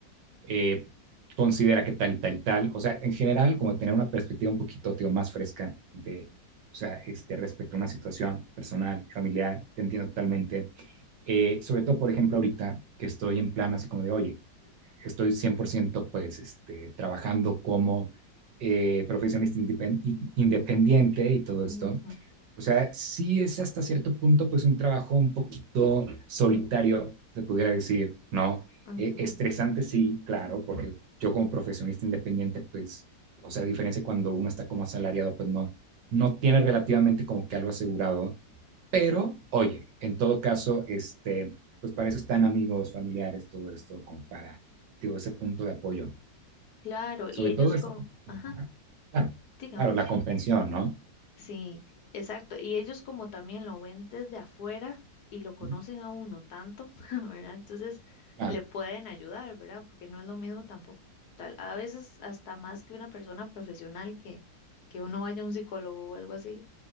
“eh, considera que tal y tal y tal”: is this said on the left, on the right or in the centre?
Right